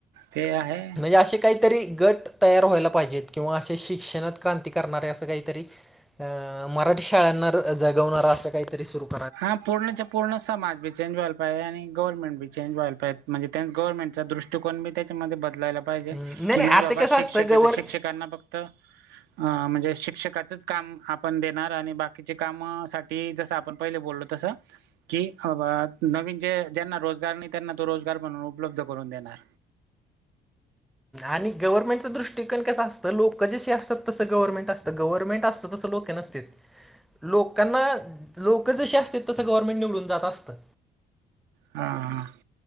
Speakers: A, on the right (about 85°); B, in the centre.
A: ते आहे
B: हे असे काहीतरी गट तयार व्हायला पाहिजेत किंवा असे शिक्षणात क्रांती करणारे असं काहीतरी अ मराठी शाळांना जगवणारा असं काहीतरी सुवरूप
A: हा पूर्ण च पूर्ण समा बीचेंज वालाहि आहे आणि गवरर्मेंटी चेज वालाहि म्हणजे ते गरमेंट दृष्टी चुकून मी त्याच्यामध्ये बदलायला पाहिजे
B: हम्म,
A: की नाही
B: आता
A: बाबा
B: कसं
A: शिक्षक
B: असतं गवर
A: आहे तर शिक्षकांना फक्त अ म्हणजे शिक्षकाचच काम आपण देणार आणि बाकीचे काम साठी जस आपण पहिले बोललो तस की <unintelligible> नवीन जे ज्यांना रोजगार नाही त्यांना तो रोजगार बन उपलब्ध करून देणार.
B: आणि गव्हर्नमेंटचं दृष्टीकन कसं असतं लोक जशी असतात तस गव्हर्नमेंट असत गव्हर्नमेंट अस -- लोकं नसत्यात. लोकांना लोक जशी असत तसं गव्हर्मेंट निवडून जात असतं.
A: हा, हा.